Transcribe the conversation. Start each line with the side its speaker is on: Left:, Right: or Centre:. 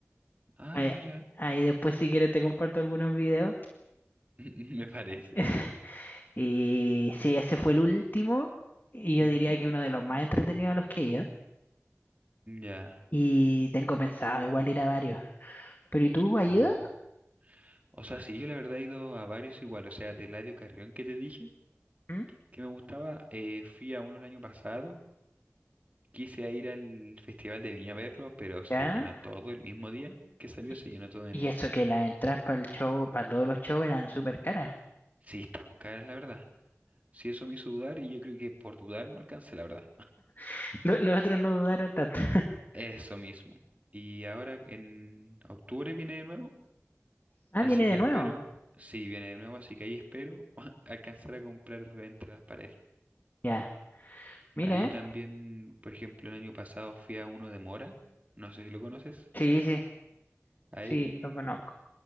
Right: Ah,
Left: Ahí,
Right: mira,
Left: ahí después si quieres te comparto algunos videos.
Right: <laughs> me parece.
Left: <laughs> Y sí, ese fue el último y yo
Right: Ujú.
Left: diría que uno de los más entretenidos a los que he ido.
Right: Ya.
Left: Y tengo pensado igual ir a varios. ¿Pero y tú, has ido?
Right: Ah, o sea, sí, yo la verdad he ido a varios igual, o sea, de Eladio Carrión que te dije,
Left: ¿Mm?
Right: que me gustaba, eh, fui a uno el año pasado, quise ir al Festival de Viña a verlo, pero se
Left: ¿Ya?
Right: llenó todo el mismo día que salió,
Left: Y
Right: se llenó todo
Left: y eso que las entradas para el show, para todos los shows eran súper caras.
Right: Sí, estaban caras, la verdad. Sí, eso me hizo dudar y yo creo que por dudar no alcancé, la verdad.
Left: <laughs> Lo- Los, otros no dudaron tanto. <laughs>
Right: Eso mismo. Y ahora en octubre viene de nuevo,
Left: Ah,
Right: así
Left: viene
Right: que
Left: de nuevo.
Right: espero, sí, viene de nuevo, así que ahí espero <laughs> alcanzar a comprar entradas para él.
Left: Ya, mira,
Right: Ahí
Left: ¿eh?
Right: también, por ejemplo, el año pasado fui a uno de Mora, no sé si lo conoces.
Left: Sí, sí.
Right: A
Left: Sí,
Right: él,
Left: lo conozco.